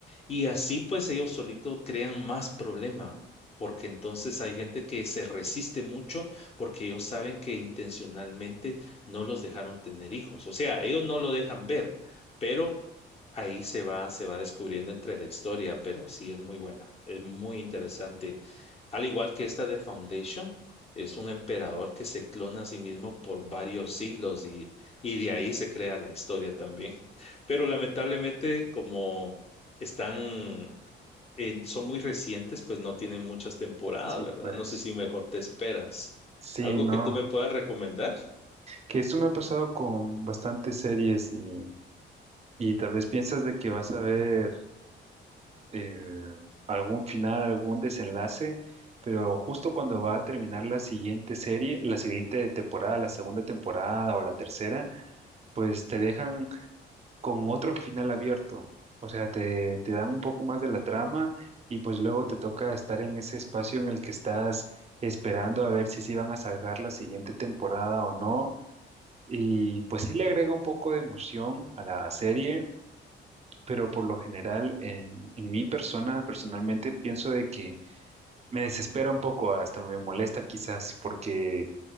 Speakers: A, on the left (about 30°); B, on the right (about 35°).
A: y así pues ellos solitos crean más problema porque entonces hay gente que se resiste mucho porque ellos saben que intencionalmente no los dejaron tener hijos. O sea, ellos no lo dejan ver, pero ahí se va, se va descubriendo entre la historia, pero sí es muy buena, es muy interesante. Al igual que esta de Foundation, es un emperador que se clona a sí mismo por varios siglos y, y de ahí se crea la historia también. <laughs> Pero lamentablemente, como están eh, son muy recientes, pues no tienen muchas temporadas,
B: Sí,
A: ¿verdad?
B: pues.
A: No sé si mejor te esperas.
B: Sí,
A: ¿Algo
B: no.
A: que tú me puedas recomendar?
B: Que esto me ha pasado con bastantes series y, y tal vez piensas de que vas a ver eh, algún final, algún desenlace, pero justo cuando va a terminar la siguiente serie, la siguiente temporada, la segunda temporada o la tercera, pues te dejan con otro final abierto. O sea, te, te dan un poco más de la trama y pues luego te toca estar en ese espacio en el que estás esperando a ver si sí van a sacar la siguiente temporada o no. Y pues sí le agrega un poco de emoción a la serie pero por lo general en, en mi persona, personalmente, pienso de que me desespera un poco, hasta me molesta quizás, porque